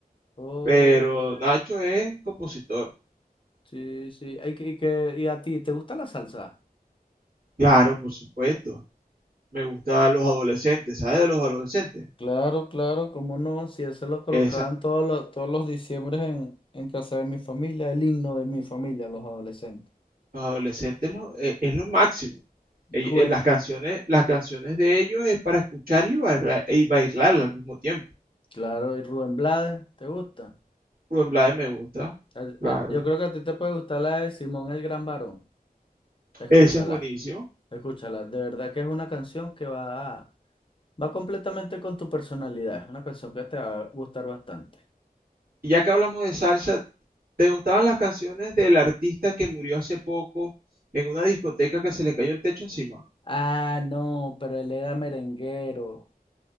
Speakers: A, on the left; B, on the right.
A: Ok,
B: Pero Nacho es compositor.
A: sí, sí. Ay, que- que- ¿Y a ti te gusta la salsa?
B: Claro, por supuesto. Me gustan los adolescentes. ¿Sabes de los adolescentes?
A: Claro, claro, cómo no, si eso lo colocaban
B: Esa-
A: todos los, todos los diciembres en, en casa de mi familia, el himno de mi familia, los adolescentes.
B: los adolescentes lo- e- es lo máximo. Ell-
A: Rubén,
B: eh, las canciones, las canciones de ellos es para escucharla y bailar, y bailarla al mismo tiempo.
A: claro, y Rubén Blades, ¿te gusta?
B: Rubén Blades me gusta.
A: A-
B: Claro.
A: a- yo creo que a ti te puede gustar la de Simón el Gran Varón. Escúchala,
B: Ese es buenísimo.
A: escúchala. De verdad que es una canción que va, va completamente con tu personalidad. Es una canción que te va a gustar bastante.
B: Y ya que hablamos de salsa, ¿te gustaban las canciones del artista que murió hace poco en una discoteca que se le cayó el techo encima?
A: Ah, no, pero él era merenguero.